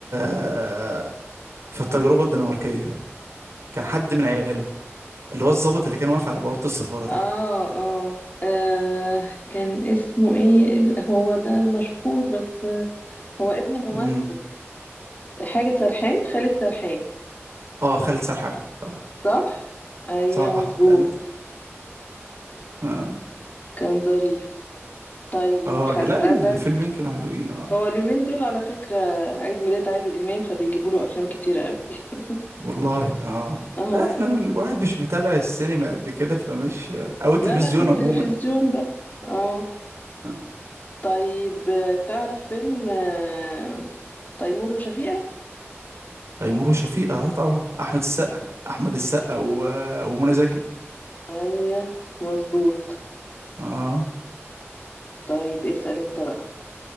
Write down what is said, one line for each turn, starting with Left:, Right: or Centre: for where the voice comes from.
Right: آه، في التجربة الدنماركية كان حد من عياله اللي هو الضابط اللي كان واقف على بوابة السفارة تحت
Left: اه اه آه، كان اسمه ايه هو ده مشهور بس هو ابن ممثل
Right: امم
Left: حاجة سرحان خالد سرحان
Right: اه خالد سرحان صح
Left: صح ايوه
Right: صح
Left: مظبوط
Right: خالد اه
Left: كان ظريف طيب
Right: اه
Left: هسألك
Right: لا الفيلمين كانوا حلوين اه
Left: هو اليومين دول على فكرة عيد ميلاد عادل إمام فبيجيبوا له أفلام كتير قوي <laughs>
Right: والله اه
Left: اه
Right: لا احنا الواحد مش متابع السينما قد كده فمش آه، او التلفزيون
Left: لا لا في التلفزيون
Right: عموما
Left: بقى اه
Right: آه.
Left: طيب آه، تعرف فيلم آه، تيمور وشفيقة
Right: تيمور وشفيقة اه طبعا احمد السقا احمد السقا و... ومنى زكي
Left: أيوه مظبوط
Right: اه
Left: طيب اسأل انت بقى